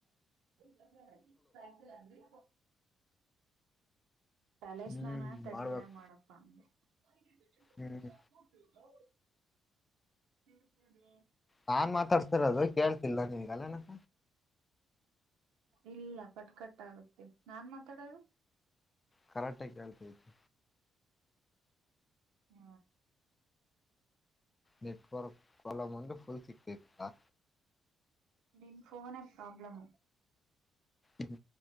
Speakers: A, on the right; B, on the left.
A: ತನ್ರಿ ಪ್ಯಾಲೇಸ್
B: ಹ್ಮ್
A: ನಾನ ತಣ್ಣೀರ
B: ಮಾಡ್ಬೇಕು
A: ಮಾಡಪ್ಪ ಅಂದಗೆ <unintelligible>
B: ಹ್ಮ್
A: ಶ ಮಾಡಲ
B: ನಾನ್ ಮಾತಾಡ್ತಿರೋದು ಕೇಳ್ತಿಲ್ ನೀವಗ ಅಲ್ಲನಕ
A: ಇಲ್ಲ ಕಟ್ಕಟ್ಗುತ್ತೆ ನಾನ್ ಮಾತಾಡೋದು
B: ಕರಾಟೆ ಹೇಳ್ತ ಇದತು
A: ಹ್ಮ
B: ನೆಟ್ವರ್ ಕಲ ಮಂಡ ಲ್ ಸಿತಿ ಆ
A: ನಿನ್ ಫೋನ ಪ್ರಾಬ್ಲಮ
B: ಹ್ಮ